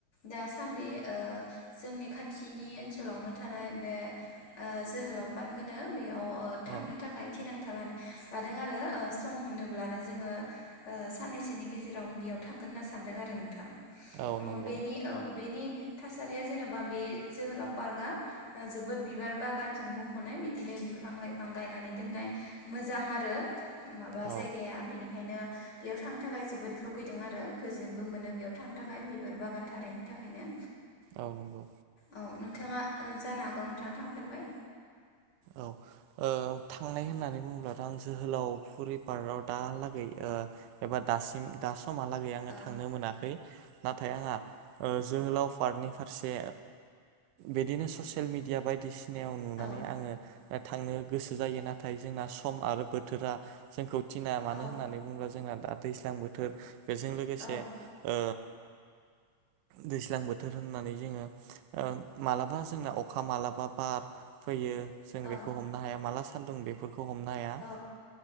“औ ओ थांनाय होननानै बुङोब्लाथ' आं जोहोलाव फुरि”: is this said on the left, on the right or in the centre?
Right